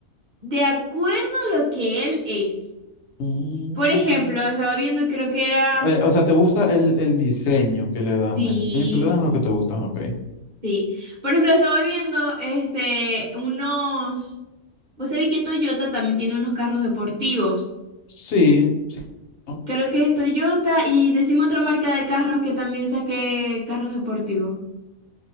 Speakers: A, on the right; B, on the left.
A: de acuerdo a lo que él es.
B: mm.
A: Por ejemplo, estaba viendo, creo que era.
B: Eh, o sea, ¿te gusta el, el diseño que le
A: Sí,
B: dan? El diseño que le dan
A: sí,
B: es lo que te gusta, ok.
A: sí. Por ejemplo, estaba viendo este unos. Vos sabés que Toyota también tiene unos carros deportivos.
B: Sí, sí. ¿no?
A: Creo que es Toyota y decimos otra marca de carros que también saque carros deportivos.